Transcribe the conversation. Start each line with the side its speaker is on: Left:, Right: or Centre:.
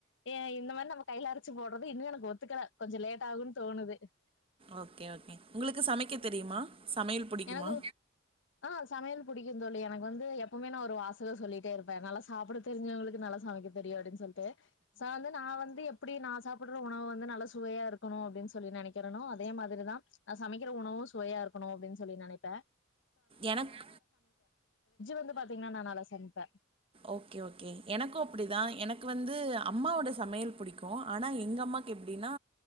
Left: எ இந்த மாரி நம்ம கைல அரைச்சு போட்றது இன்னு எனக்கு ஒத்துக்கல கொஞ்ச லேட் ஆகுன்னு தோணுது
Right: ஓகே ஓகே உங்ளுக்கு சமக்க தெரியுமா சமையல் புடிக்குமா
Left: எனக்கு ஆ சமையல் புடிக்கு தோழி எனக்கு வந்து எப்பவுமே நா ஒரு வாசக சொல்லிட்டே இருப்ப நல்லா சாப்புட தெரி்சவங்ளுக்கு நல்லா சமைக்க தெரியு அப்டின் சொல்ட்டு சாந்த நான் வந்து எப்டி நா சாப்புட்ற உணவு வந்து நல்ல சுவையார்க்கணு அப்டின் சொல்லி நெனக்குறனோ அதே மாதிரிதா நா சமைக்கிற உணவு சுவையா இருக்குணு அப்பின் சொல்லி நனைப்ப
Right: எனக்
Left: வந்து பாத்தீங்கன்னா நா நல்லா சமைப்பே
Right: ஓகே ஓகே எனக்கு அப்டிதா எனக்கு வந்து அம்மாவோட சமையல் புடிக்கு ஆனா எங்க அம்மாக்கு எப்டினா